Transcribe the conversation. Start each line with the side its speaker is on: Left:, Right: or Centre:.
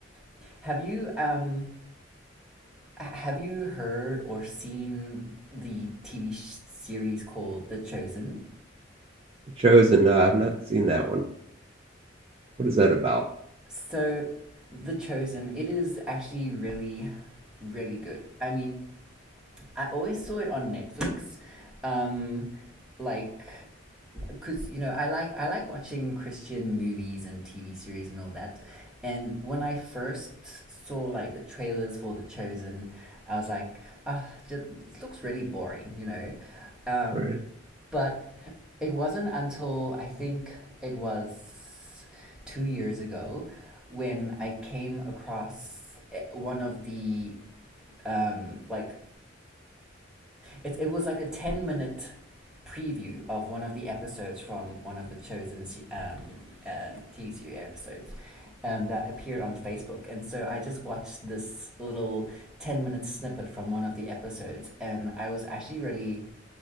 Centre: <laughs> have you um have you heard or seen the TV sh- series called The Chosen?
Right: The Chosen, no, I've not seen that one. What is that about?
Centre: So, The Chosen, it is actually really really good. I mean, I always saw it on Netflix. Um like because you know I like I like watching Christian movies and TV series and all that. And when I first saw like the trailers for The Chosen, I was like, ah, just it looks really boring, you know. Um,
Right: Right.
Centre: but it wasn't until I think it was two years ago when I came across eh, one of the um, like it it was like a ten minute preview of one of the episodes from one of the chosen um, um, TV series episodes um, that appeared on Facebook, and so I just watched this little ten minute snippet from one of the episodes, and I was actually really,